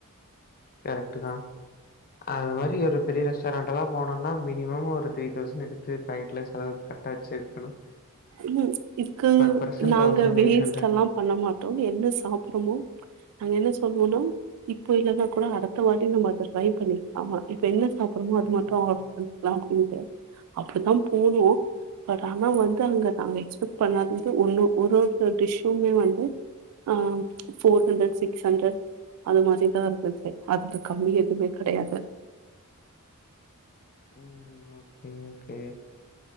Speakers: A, on the left; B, on the right.
A: கரெக்ட்டு தான் அது மாறி ஒரு பெரிய ரெஸ்டாரண்ட்ல்லாம் போனம்னா மினிமம் ஒரு த்ரீ தௌசண்ட் எடுத்து பேக்கெட்ல செலவு கட்டாயச்சு இருக்கணும்
B: ம் இதுக்கு
A: பெர்சன்
B: நாங்க
A: தௌசண்ட்
B: வேஸ்ட்ல்லாம்
A: எயிட் ஹண்ட்ரட்.
B: பண்ண மாட்டோம் என்ன சாப்பட்றமோ நாங்க என்ன சொல்லுவோனா இப்போ இல்லன்னா கூட அடுத்த வாட்டி நம்ம அத ட்ரை பண்ணிக்கலாம் இப்ப என்ன அப்புறமா அது
A: ம்
B: மட்டும் ஆர்டர் பண்ணிக்கலாம் அப்படின்னுட்டு அப்புடிதான் போனோம் பட் ஆனா வந்து அங்க நாங்க எக்ஸ்பெக்ட் பண்ணாதது ஒன்னு ஒரு ஒரு டிஷ்ஷூமே வந்து ஆ ஃபோர் ஹண்ட்ரட் சிக்ஸ் ஹண்ட்ரட் அது மாதிரிதா இருந்தது அதுக்கு கம்மி எதுவுமே கிடையாது
A: ம் ஓகே ஓகே